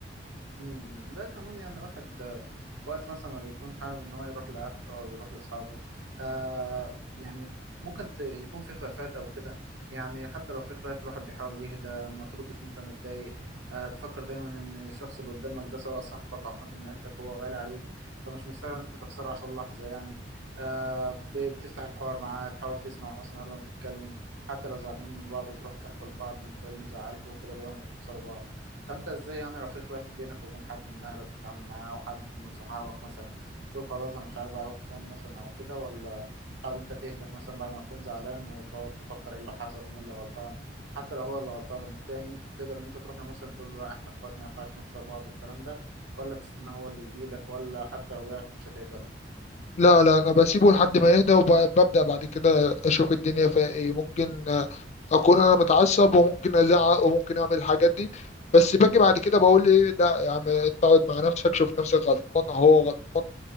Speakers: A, on the right; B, on the left.
A: مم. ده كمان يعني الواحد آه، وقت مثلا ما بيكون حابب ان هو يروح لاهله او يروح لاصحابه آه يعني ممكن ت- يكون في خلافات او كده يعني حتى لو في خلاف الواحد بيحاول يهدى ما تردش وانت متضايق آه تفكر دايما ان الشخص اللي قدامك ده سواء صاحبك او حد من عيلتك هو غالي عليك فمش مستاهل ان انت تخسره عشان لحظة يعني آه ب- بتفتح الحوار معاه تحاول تسمع اصلا قبل ما تتكلم حتى لو زعلانين من بعض تروحوا تحكوا لبعض انتوا إيه اللي مزعلكوا وكده بدل ما تخسروا بعض فانت ازاي يعني لو في خلاف بينك وبين حد من اهلك بتتعامل معاه او حد من صحابك مثلا تقول خلاص انا مش عايز اعرفه تاني مثلا او كده ولا تحاول انت تهدى مثلا بعد ما تكون زعلان وتقعد تفكر ايه اللي حصل ومين اللي غلطان حتى لو هو اللي غلطان تاني تقدر ان انت تروح له مثلا تقول له لا احنا اخوات ما ينفعش نخسر بعض والكلام ده ولا تستنى هو اللي يجي لك ولا حتى لو جالك مش هتقبله
B: لا لا انا بسيبه لحد ما يهدى وببدأ بعد كده اشوف الدنيا فيها ايه ممكن آه، اكون انا متعصب وممكن ازعق وممكن اعمل الحاجات دي بس باجي بعد كده بقول ايه لا يا عم اقعد مع نفسك شوف نفسك غلطان أو هو غلطان